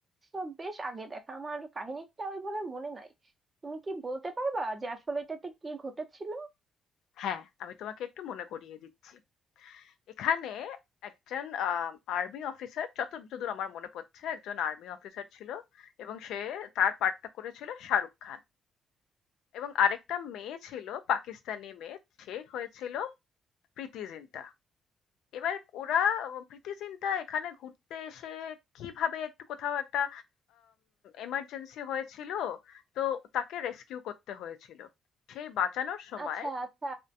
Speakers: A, on the right; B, on the left.
A: তো বেশ আগে দেখা আমার কাহিনীটা ওইভাবে মনে নাই তুমি কি বলতে পারবা যে আসলে এটাতে কি ঘটেছিল
B: হ্যাঁ, আমি তোমাকে একটু মনে করিয়ে দিচ্ছি। এখানে একজন আ আর্মি অফিসার যতদূর আমার মনে পড়ছে একজন আর্মি অফিসার ছিল এবং সে তার পার্টটা করেছিল শাহরুখ খান। এবং আরেকটা মেয়ে ছিল পাকিস্তানি মেয়ে সে হয়েছিল প্রীতি জিন্টা এবার ওরা প্রীতি জিন্টা এখানে ঘুরতে এসে কিভাবে একটু কোথাও একটা এমার্জেন্সি হয়েছিল তো তাকে রেস্কিউ করতে হয়েছিল সেই বাঁচানোর সময়
A: আচ্ছা আচ্ছা